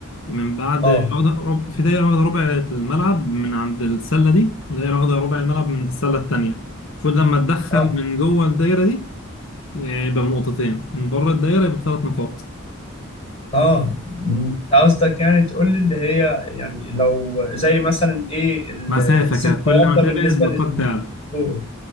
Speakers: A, on the left (about 70°); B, on the left (about 30°).
A: من بعد
B: اه
A: واخدة رب... في دايرة واخدة ربع الملعب من عند السلة دي ودايرة واخدة ربع الملعب من عند السلة التانية المفروض لما تدخل
B: اه
A: من جوه الدايرة دي آه، يبقى بنقطتين من بره الدايرة يبقى بثلاث نقاط
B: اه م، انت قصدك يعني تقول لي اللي هي يعني لو زي مثلا ايه ال-
A: مسافة
B: الست
A: كده كل
B: ياردة
A: ما تبعد
B: بالنسبة
A: نقاط
B: للكورة
A: تعلى